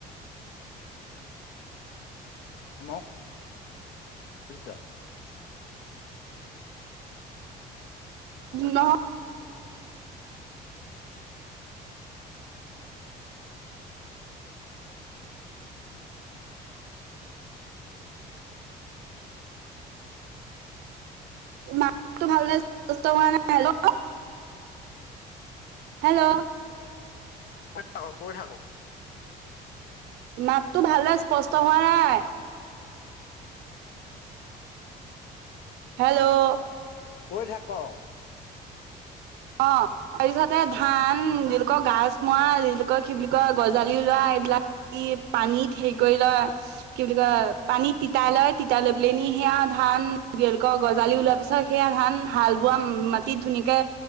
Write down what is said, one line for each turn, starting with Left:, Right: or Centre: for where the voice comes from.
Left: ম <unintelligible>
Right: নহয় ম ভাল হোৱা নাই হেল্ল <unintelligible> হেল্ল'
Left: কৈ থাকক কৈ থাকক।
Right: মাততো ভালদৰে স্পষ্ট হোৱা নাই। হেল্ল'
Left: কৈ থাকক
Right: অ তাৰপিছতে ধান যিলোকৰ গাজ মৰা যিলোকৰ কি বুলি কয় গজালি ওলাই <unintelligible> এইবিলাক পানীত হেৰি কৰি লয় কি বুলি কয় পানীত তিতাই লয় তিতাই লৈ পেল নি সেয়া ধান গজালি ওলোৱা পিছত সেয়া ধান হাল বোৱা মাটিত ধুনীয়াকে